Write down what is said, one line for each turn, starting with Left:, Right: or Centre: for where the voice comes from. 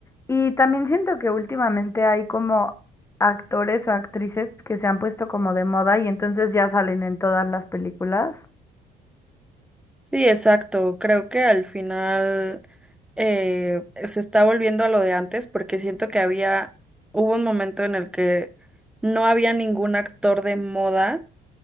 Left: Y también siento que últimamente hay como actores o actrices que se han puesto como de moda y entonces ya salen en todas las películas.
Centre: Sí, exacto. Creo que al final eh, se está volviendo a lo de antes porque siento que había, hubo un momento en el que no había ningún actor de moda